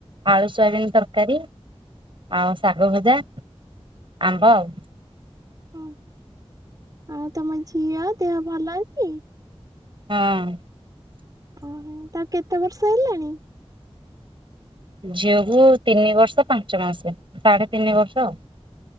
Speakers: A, on the right (about 50°); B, on the right (about 35°).
A: ଆଳୁ ସୋୟାବିନ୍ ତରକାରୀ। ଆଉ ଶାଗ ଭଜା ଆମ୍ବ ଆଉ।
B: ହଁ ଆଉ ତମ ଝିଅ ଦେହ ଭଲ ଅଛି?
A: ହଁ।
B: ଓହୋ ତାକୁ କେତେ ବର୍ଷ ହେଲାଣି?
A: ଝିଅକୁୁ ତିନି ବର୍ଷ ପାଞ୍ଚ ମାସ ସାଢେ ତିନି ବର୍ଷ।